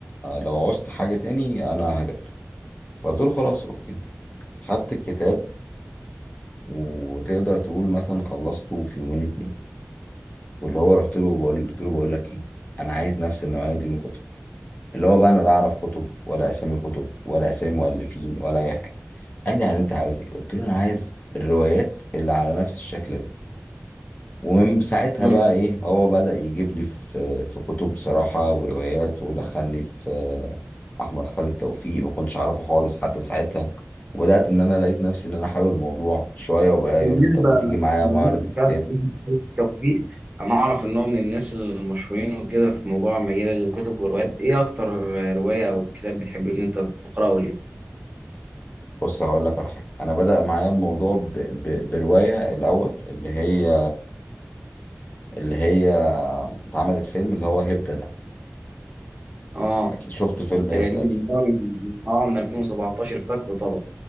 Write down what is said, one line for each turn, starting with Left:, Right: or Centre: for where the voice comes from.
Left: لو عوزت حاجة تاني أنا هجيب لك فقلت له خلاص أوكي خدت الكتاب وتقدر تقول مثلا خلصته في يومين اتنين واللي هو رحت له بقول قلت له بقول لك إيه أنا عايز نفس النوعية دي من الكتب اللي هو بقى انا لا اعرف كتب ولا اسامي كتب ولا اسامي مؤلفين ولا اي حاجه قال لي يعني انت عاوز ايه قلت له انا عايز الروايات اللي على نفس الشكل ده ومن ساعتها
Right: مم.
Left: بقى ايه هو بدأ يجيب لي في في كتب صراحه وروايات ودخلني في احمد خالد توفيق ما كنتش اعرفه خالص حتى ساعتها وبدأت ان انا لقيت نفسي ان انا حابب الموضوع شويه وبقى
Right: بالنسبه
Left: يقول لي طب ما تيجي معايا
Right: بالنسبة
Left: معرض الكتاب
Right: فعلا لأحمد توفيق أنا أعرف إن هو من الناس المشهورين وكده في موضوع مجال الكتب والروايات، إيه أكتر رواية أو كتاب بتحب إن أنت تقرأه ليه؟
Left: بص هقول لك على حاجه انا بدأ معايا الموضوع ب... ب... بروايه الاول اللي هي اللي هي اتعملت فيلم اللي هو هيبتا ده
Right: آه
Left: اكيد شفت فيلم
Right: أنت
Left: هيبتا
Right: جديد من
Left: اكيد
Right: أول آه من 2017 فاكره طبعا.